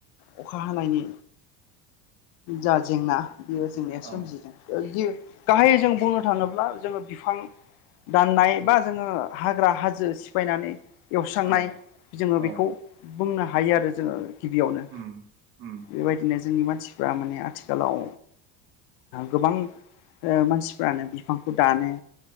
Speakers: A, on the left (about 55°); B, on the right (about 55°).
A: अखा हानायनि जा जेंना बेयो जेंनाया
B: औ
A: सोमजिदों गि गाहायै जों बुंनो थाङोब्ला जोङो बिफां दाननाय
B: उम
A: बा जोङो हाग्रा हाजो सिफायनानै एवस्रांनाय
B: औ
A: जोङो
B: औ
A: बेखौ बुंनो हायो आरो जोङो गिबियावनो।
B: उम उम
A: बेबायदिनो जोंनि मानसिफ्रा माने आथिखालाव गोबां ओ मानसिफ्रानो बिफांखौ दानो।